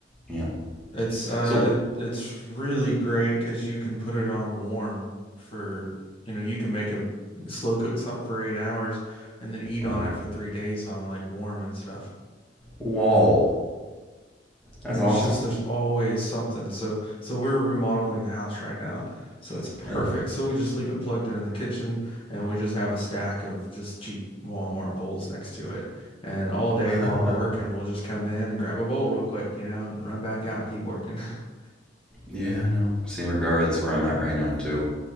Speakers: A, in the centre; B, on the left.
A: Yeah.
B: It's uh
A: So,
B: it it's really great 'cause you can put it on warm for you know, you can make a slow cook something for eight hours and then eat
A: well,
B: on it for three days on like warm and stuff.
A: whoa, that's
B: And
A: awesome.
B: it's just there's always something. So so we're remodeling the house right now. So it's perfect.
A: Yeah.
B: So we just leave it plugged in in the kitchen and we just have a stack of just cheap Walmart bowls next to it. And all day
A: <laughs>
B: while we're working, we'll just come in and grab a bowl real quick, you know, and run back out and keep working. <laughs>
A: yeah, I know. Same regard. That's where I'm at right now too.